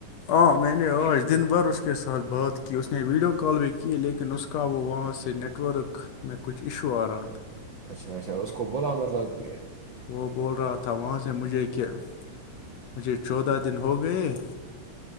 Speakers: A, on the left (about 75°); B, on the right (about 65°).
A: ہاں میں نے آج دن بھر اس کے ساتھ بات کی اس نے ویڈیو کال بھی کی لیکن اس کا وہاں سے نیٹ ورک میں کچھ ایشو آ رہا تھا
B: اچھا اچھا اس کو بولا مطلب کہ
A: وہ بول رہا تھا وہاں سے مجھے کہ مجھے چودہ دن ہو گئے